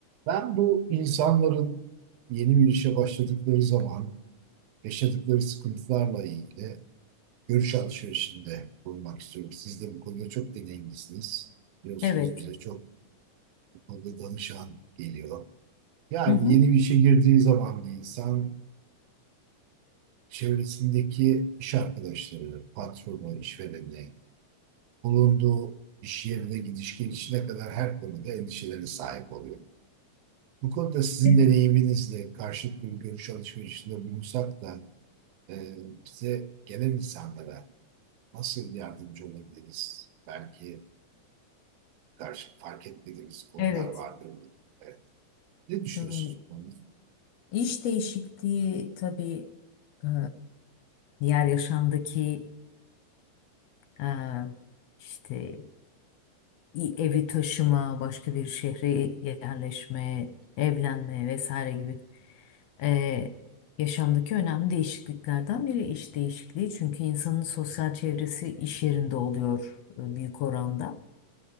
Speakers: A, on the right; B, on the left.
A: Ben bu insanların yeni bir işe başladıkları zaman yaşadıkları sıkıntılarla ilgili görüş alışverişinde bulunmak istiyorum. Siz de bu konuda çok deneyimlisiniz. Biliyorsunuz
B: Evet.
A: bize çok bu konuda danışan geliyor. Yani
B: Hı hı.
A: yeni bir işe girdiği zaman bir insan çevresindeki iş arkadaşları, patronu, işvereni, bulunduğu iş yerine gidiş gelişine kadar her konuda endişelere sahip oluyor. Bu konuda sizin
B: Evet.
A: deneyiminizle karşılıklı bir görüş alışverişinde bulunsak da e, bize gelen insanlara nasıl yardımcı olabiliriz? Belki karşı fark etmediğimiz konular
B: Evet.
A: vardır. E, ne düşünüyorsunuz
B: Hmm,
A: bu konuda?
B: İş değişikliği tabii e, diğer yaşamdaki e, işte i- evi taşıma, başka bir şehre yerleşme, evlenme vesaire gibi e, yaşamdaki önemli değişikliklerden biri iş değişikliği. Çünkü insanın sosyal çevresi iş yerinde oluyor e, büyük oranda.